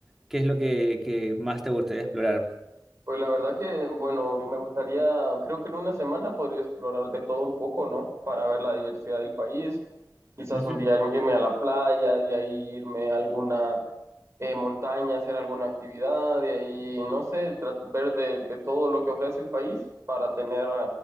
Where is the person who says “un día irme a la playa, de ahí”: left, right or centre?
Right